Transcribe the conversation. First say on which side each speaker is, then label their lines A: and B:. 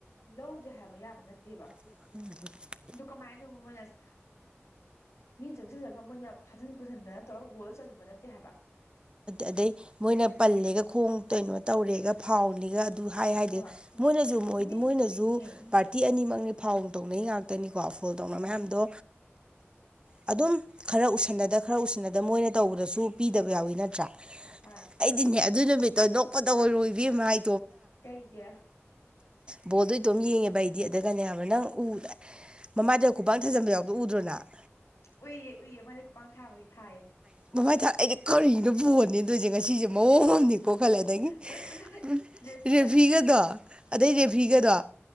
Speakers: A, on the left; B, on the right.
A: ꯂꯧꯗꯦ ꯍꯥꯏꯕ ꯌꯥꯕ ꯅꯠꯇꯦꯕ
B: ꯎꯝ <unintelligible>
A: ꯗꯨ ꯀꯃꯥꯏꯅꯅꯣꯕ ꯃꯣꯏꯁ ꯃꯤꯅ ꯆꯪꯁꯤꯜꯂꯒ ꯃꯣꯏꯅ ꯐꯥꯖꯤꯟ ꯄꯨꯁꯤꯟꯗꯅ ꯇꯧꯔꯒ ꯒꯣꯜꯗꯨ ꯆꯟꯂꯨꯕ ꯅꯠꯇꯦ ꯍꯥꯏꯕ
B: ꯑꯗꯩ ꯃꯣꯏꯅ ꯄꯜꯂꯦꯒ ꯈꯣꯡ ꯀꯩꯅꯣ ꯇꯧꯔꯦꯒ ꯐꯥꯎꯟꯅꯤꯒ ꯑꯗꯨ ꯍꯥꯏ ꯍꯥꯏꯗꯤ
A: ꯍꯣꯏ
B: ꯃꯣꯏꯅꯁꯨ ꯃꯣꯏ
A: ꯃꯤ
B: ꯃꯣꯏꯅꯁꯨ
A: ꯌꯦꯡꯉꯦ
B: ꯄꯥꯔꯇꯤ ꯑꯅꯤꯃꯛꯅꯤ ꯐꯥꯎꯟ ꯇꯧꯅꯩ ꯉꯥꯛꯇ ꯈꯛꯇꯅꯤꯀꯣ ꯐꯣꯟ ꯇꯧꯅ
A: ꯎꯝ
B: ꯃꯌꯥꯝꯗꯣ ꯑꯗꯨꯝ ꯈꯔ ꯎꯁꯟꯅꯗ ꯈꯔ ꯎꯁꯟꯅꯗ ꯃꯣꯏꯅ ꯇꯧꯕꯗꯁꯨ ꯄꯤꯗꯕ ꯌꯥꯎꯋꯤ ꯅꯠꯇ꯭ꯔꯥ
A: ꯍꯣꯏ
B: ꯑꯩꯗꯤꯅꯦ ꯑꯗꯨ ꯅꯨꯃꯤꯠꯇꯣ ꯅꯣꯛꯄꯗ <unintelligible> ꯏꯕꯦꯝꯃ ꯍꯥꯏ
A: ꯀꯩꯒꯤ
B: ꯕꯣꯜꯗꯣ ꯏꯇꯣꯝ ꯌꯦꯡꯉꯦꯕ ꯑꯩꯗꯤ ꯑꯗꯨꯒꯅꯦ ꯍꯥꯏꯕ ꯅꯪ ꯎ ꯃꯃꯥꯏꯗꯣ ꯈꯨꯨꯕꯥꯛꯅ ꯊꯥꯖꯟꯕ ꯌꯥꯎꯕꯗꯣ ꯎꯗ꯭ꯔꯣ ꯅꯪ
A: ꯎꯏꯌꯦ ꯎꯏꯌꯦ ꯃꯥꯗꯤ ꯈꯨꯄꯥꯡ ꯊꯥꯕꯒꯤ ꯊꯥꯏꯌꯦ
B: <unintelligible> ꯃꯃꯥꯏ ꯊꯥꯏ ꯑꯩꯗꯤ ꯀꯔꯤꯅꯣ ꯕꯣꯜ <unintelligible> ꯉꯁꯤꯁꯦ ꯃꯑꯣꯡ ꯑꯃꯅꯤꯀꯣ ꯈꯜꯂꯦ ꯑꯗꯒꯤ
A: ꯑꯗ ꯈꯜꯂꯦ
B: ꯎꯝ
A: ꯔꯦꯐꯤꯗ
B: ꯔꯦꯐ꯭ꯔꯤꯒꯗꯣ
A: ꯎꯝ
B: ꯑꯗꯩ ꯔꯦꯐꯔꯤꯒꯗꯣ